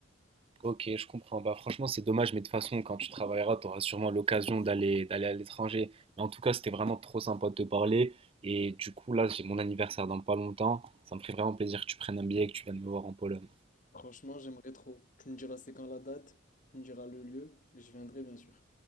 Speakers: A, on the right; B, on the left.
A: Ok, je comprends. Bah, franchement, c'est dommage, mais de toute façon, quand tu travailleras, tu auras sûrement l'occasion d'aller d'aller à l'étranger. Mais en tout cas, c'était vraiment trop sympa de te parler. Et du coup, là, j'ai mon anniversaire dans pas longtemps. Ça me ferait vraiment plaisir que tu prennes un billet et que tu viennes me voir en Pologne.
B: Franchement, j'aimerais trop. Tu me diras c'est quand la date, tu me diras le lieu, et je viendrai bien sûr.